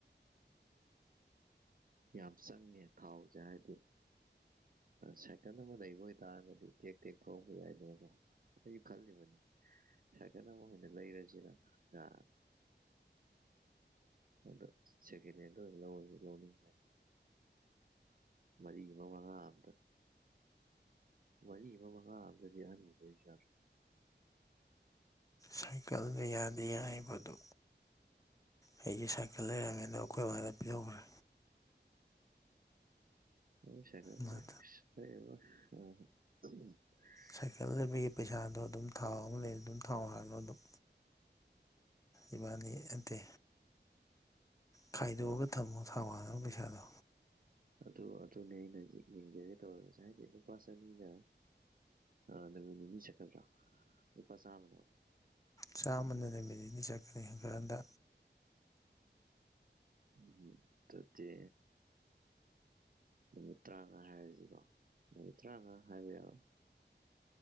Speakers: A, on the right; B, on the left.
A: ꯌꯥꯝ ꯆꯪꯉꯦ ꯊꯥꯎꯁꯖꯦ ꯍꯥꯏꯗꯤ ꯁꯥꯏꯀꯜ ꯑꯃ ꯂꯩꯕ ꯑꯣꯏꯇꯥꯔꯒꯗꯤ ꯇꯦꯛ ꯇꯦꯛ ꯊꯣꯛꯍꯧꯕ ꯌꯥꯏꯗꯅꯀꯣ ꯑꯩꯁꯨ ꯈꯜꯂꯤꯕꯅꯤ ꯁꯀꯠ ꯑꯃ ꯑꯣꯏꯅ ꯂꯩꯔꯁꯤꯔ ꯑ ꯑꯗ ꯁꯦꯀꯦꯂꯦꯜꯗ ꯑꯣꯏ ꯂꯧꯔꯁꯨ ꯂꯧꯅꯤꯡꯕ ꯍꯥꯏ ꯃꯔꯤ ꯑꯃ ꯃꯉꯑꯝꯇ ꯃꯔꯤ ꯑꯃ ꯃꯉꯥ ꯑꯝꯇꯗꯤ ꯑꯍꯜ <unintelligible>
B: ꯁꯥꯏꯀꯜꯗ ꯌꯥꯗꯤ ꯌꯥꯏꯕꯗꯨ ꯑꯩꯒꯤ ꯁꯥꯏꯀꯜ ꯂꯩꯔꯝꯃꯦ ꯑꯗꯣ ꯑꯩꯈꯣꯏ ꯕꯥꯗ ꯄꯤꯊꯣꯈ꯭ꯔꯦ
A: <unintelligible>
B: ꯃꯥ
A: <inaudible>
B: ꯁꯥꯏꯀꯜ ꯂꯩꯕꯒꯤ ꯄꯩꯁꯥꯗꯣ ꯑꯗꯨꯝ ꯊꯥꯎ ꯑꯃ ꯂꯩ ꯑꯗꯨꯝ ꯊꯥꯎ ꯍꯥꯜꯂꯣ ꯑꯗꯨꯝ ꯏꯕꯥꯅꯤ ꯅꯠꯇꯦ ꯈꯥꯏꯗꯣꯛꯑꯒ ꯊꯝꯃꯣ ꯊꯥꯎ ꯍꯥꯟꯅꯕ ꯄꯩꯁꯥꯗꯣ
A: ꯑꯗꯨ ꯑꯗꯨꯅꯦ ꯑꯩꯅ ꯌꯦꯡꯖꯦ ꯍꯥꯏꯒꯦ ꯇꯧꯔ ꯉꯁꯥꯏꯗꯤ ꯂꯨꯄꯥ ꯆꯅꯤꯅ ꯑ ꯅꯨꯃꯤꯠ ꯅꯤꯅꯤ ꯆꯠꯀꯗ꯭ꯔꯣ ꯂꯨꯄꯥ ꯆꯥꯝꯃꯅ
B: ꯆꯥꯝꯃꯅ ꯅꯨꯃꯤꯠ ꯅꯤꯅꯤ ꯆꯠꯀꯅꯤ ꯍꯟꯀꯟꯗ
A: ꯎꯝ ꯎꯝ ꯗꯨꯗꯤ ꯅꯨꯃꯤꯠ ꯇꯔꯥꯃꯉꯥ ꯍꯥꯏꯔꯁꯤꯕꯣ ꯅꯨꯃꯤꯠ ꯇꯔꯥꯃꯉꯥ ꯍꯥꯏꯕ ꯌꯥꯕ